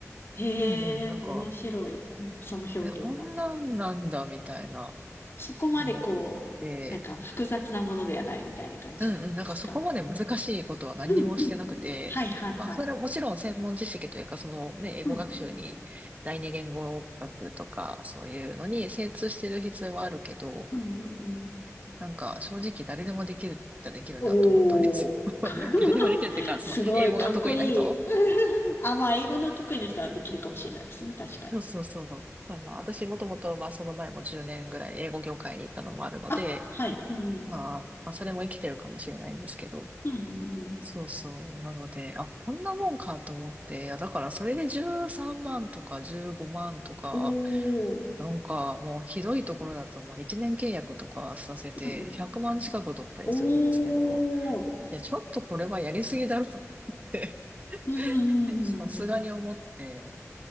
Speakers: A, on the left; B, on the right.
A: へえ、
B: うんうん、なんか、
A: 面白い。<laughs> うんその表現は。
B: え、こんなんなんだ、みたいな、
A: そこまでこう、
B: 思って、
A: なんか複雑なものではないみたいな感じですかうん、
B: うんうん、なんかそこまで難しいことは何にもしてなくて、
A: うん、うん。はいはいはい。
B: まあ、それはもちろん専門知識というか、そのね、英語学習に、
A: うん、
B: 第二言語学とか、そういうのに精通してる必要はあるけど、
A: うん、うん、うん。
B: なんか正直誰でもできるじゃできるなと思ったんですよ。
A: おー。か
B: <laughs> 誰でもできるっていうか、
A: <laughs>
B: その英語が得意な人
A: すごい、かっこいい。<laughs> あ、まあ、英語の得意な人はできるかもしれないですね。確かに。
B: そうそうそう。まあまあ、私もともと、まあその前も10年ぐらい英語業界に行ったのもあるので、
A: あ、はい。うん、
B: まあ、まあそれも生きてるかもしれないんですけど。
A: うん、うん、うん。
B: そうそう。なので、あ、こんなもんかと思って、いやだからそれで13万とか15万とか、
A: おー。
B: なんかもうひどいところだと、まあ1年契約とかさせて100万近く取ったりするんですけど、
A: うんうんおー。
B: いや、ちょっとこれはやりすぎだろうって
A: うん、
B: <laughs>
A: うん、うんうん。
B: さすがに思って、